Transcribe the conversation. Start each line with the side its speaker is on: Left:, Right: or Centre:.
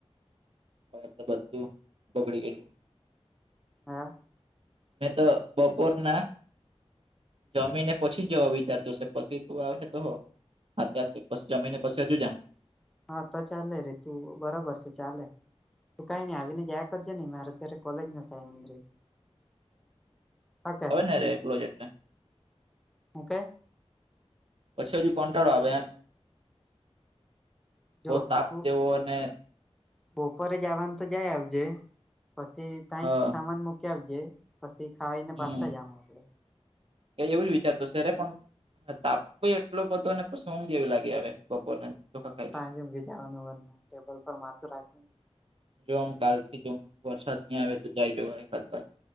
Right: હવે તો બધું બગડી ગયેલું.
Centre: હા.
Right: મેં તો બપોરના જમીને પછી જવા વિચારતું સે પસી તું આવેહે તો અત્યારથી પસ જમીને પસી હજુ જાહુ.
Centre: હા તો ચાલે રે તું બરાબર છે ચાલે તું કાઈ ની આવીને જાયા કરજે ની મારે અત્યારે કોલેજ નો સમય રે. ઓકે
Right: હવે ના રે એકલો જૈતને.
Centre: ઓકે
Right: પછી હજુ કંટાળો આવે એમ.
Centre: જો
Right: બહુ તાપ
Centre: તું
Right: જેવો અને
Centre: બપોરે જાવવાનું તો જાય આવજે પસી તાઈ
Right: હ
Centre: જ સામાન મૂકી આવજે પસી ખાઈને
Right: હમ
Centre: પાસા જાહુ આપડે.
Right: એ એવું જ વિચારતો સે રે પણ આ તાપ બી એટલો બધો અને પસ ઊંઘ એવી લાગે આવે બપોરના ચોખા ખાઈ લઈ
Centre: તાઈ
Right: તો.
Centre: જ ઊંઘી જાવાનું ટેબલ પર માથું રાખી.
Right: જો આમ કાલથી જો વરસાદ ની આવે તો જાય જવા એકાદ વાર.